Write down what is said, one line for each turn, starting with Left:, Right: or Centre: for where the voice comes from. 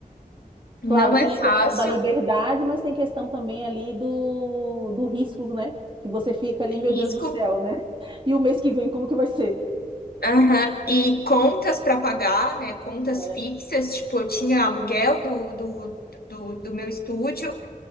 Left: não
Right: Claro,
Left: é
Right: tem a
Left: fácil,
Right: questão da liberdade, mas tem questão também ali do, do risco, né? Que você fica ali,
Left: é risco.
Right: meu Deus do céu, né? E o mês que vem, como que vai ser?
Left: Aham, E contas para pagar, né? Contas
Right: É.
Left: fixas, tipo, eu tinha aluguel do, do, do, do meu estúdio,